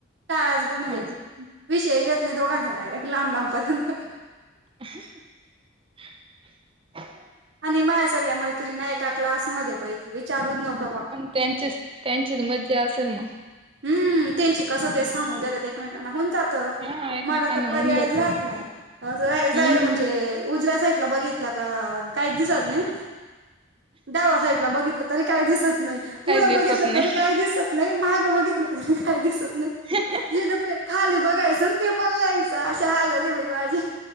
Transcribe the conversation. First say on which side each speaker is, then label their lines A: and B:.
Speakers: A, on the right (about 60°); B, on the right (about 25°).
A: टास ब म्हणजे
B: हा
A: विषयच नाही दोघांचा डायरेक्ट. लांब लांबपर्यंत.
B: <unintelligible>
A: आणि माझ सगळ्या मैत्रिणी एका क्लासमध्ये बाई. विचारू नको मग.
B: त्यांचीच त्यांचीत मज्जा असल मग?
A: हम्म त्यांची कसं ते सांगून देतात एकमेना. होउन जात. त.
B: हा एकमेकांना
A: मला त पर्यायच
B: होऊन जातो
A: राहत नाही. जाय जाय
B: हम्म
A: म्हणजे उजव्या साईडला बघित त काहीच दिसत नाही. डावा साईट बघितलं तरी काही दिसत नाही. पुढ
B: काही
A: बघितलं
B: दिसत नाही
A: तरी काही दिसत नाही. महाग बघीत ल तरी काही दिसत नाही.
B: <unintelligible>
A: जिथ प. खाली बघायचंन पेपर लायचं. अशी हालते बाई माझी.